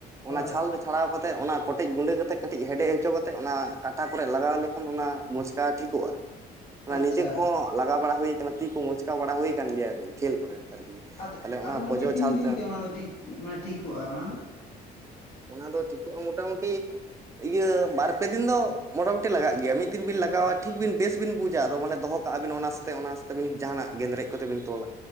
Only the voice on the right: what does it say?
ᱚᱱᱟ
ᱪᱷᱟᱞ ᱫᱚ ᱪᱷᱟᱲᱟᱣ ᱠᱟᱛᱮ ᱚᱱᱟ ᱠᱚᱴᱮᱡ ᱜᱩᱸᱰᱟᱹ ᱠᱟᱛᱮ ᱠᱟᱹᱴᱤᱡ ᱦᱮᱰᱮᱡ ᱦᱚᱪᱚ ᱠᱟᱛᱮ ᱚᱱᱟ ᱠᱟᱴᱟ ᱠᱚᱨᱮ ᱞᱟᱜᱟᱣ ᱞᱮᱠᱷᱟᱱ ᱚᱱᱟ ᱢᱚᱪᱠᱟᱣ ᱴᱷᱤᱠᱚᱜᱼᱟ᱾ ᱚᱱᱟ
ᱱᱤᱡᱮ ᱠᱚᱦᱚᱸ ᱞᱟᱜᱟᱣ ᱵᱟᱲᱟ ᱦᱩᱭ ᱠᱟᱱᱟ ᱛᱤ ᱠᱚ ᱢᱚᱪᱠᱟᱣ ᱵᱟᱲᱟ ᱦᱩᱭ ᱠᱟᱱᱟᱱ ᱜᱮᱭᱟ ᱠᱷᱮᱞ ᱠᱚᱨᱮ ᱟᱨᱠᱤ᱾
ᱛᱟᱦᱞᱮ ᱚᱱᱟ
ᱯᱚᱡᱚ
ᱪᱷᱟᱞᱛᱮ
ᱚᱱᱟ ᱫᱚ ᱴᱷᱤᱠᱚᱜᱼᱟ ᱢᱚᱴᱟᱢᱩᱴᱤ ᱤᱭᱟᱹ ᱵᱟᱨ ᱯᱮ ᱫᱤᱱ ᱫᱚ ᱢᱚᱴᱟᱢᱩᱴᱤ ᱞᱟᱜᱟᱜ ᱜᱮᱭᱟ ᱢᱤᱫ ᱫᱤᱱ ᱵᱤᱱ ᱞᱟᱜᱟᱣᱟ ᱴᱷᱤᱠ ᱵᱤᱱ ᱵᱮᱥ ᱵᱩᱡᱟ ᱟᱫᱚ ᱢᱟᱱᱮ ᱫᱚᱦᱚ ᱟᱹᱵᱤᱱ ᱚᱱᱟᱥᱛᱮ ᱚᱱᱟᱥᱛᱮ ᱵᱤᱱ ᱡᱟᱦᱟᱱᱟᱜ ᱜᱮᱸᱫᱽᱨᱮᱡ ᱠᱚᱛᱮ ᱵᱤᱱ ᱛᱚᱞᱟ᱾